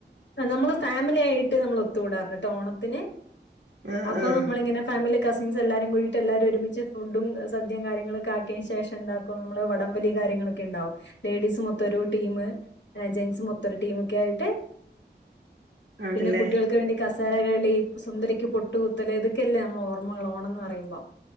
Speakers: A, on the left; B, on the right.
A: നമ്മള് ഫാമിലി ആയിട്ട് നമ്മള് ഒത്തുകൂടാറുണ്ട്ട്ടോ ഓണത്തിന്.
B: ആഹ്
A: അപ്പൊ
B: ആഹ്
A: നമ്മളിങ്ങനെ ഫാമിലി കസിൻസ് എല്ലാരും കൂടിയിട്ട് എല്ലാരും ഒരുമിച്ച് ഫുഡും സദ്യേം കാര്യങ്ങളൊക്കെ ആക്കിയതിന് ശേഷം ന്താ ഇപ്പം നമ്മള് വടംവലി കാര്യങ്ങളൊക്കെ ഉണ്ടാവും. ലേഡീസ് മൊത്തം ഒരു ടീമ്. ജെൻസ് മൊത്തം ഒരു ടീമൊക്കെ ആയിട്ട്.
B: ആണല്ലേ
A: പിന്നെ കുട്ടികൾക്ക് വേണ്ടി കസാരകളി സുന്ദരിക്ക് പൊട്ടുകുത്തല് ഇതൊക്കെല്ലേ നമ്മള് ഓർമ്മകൾ ഓണം എന്ന് പറ <unintelligible> മ്പ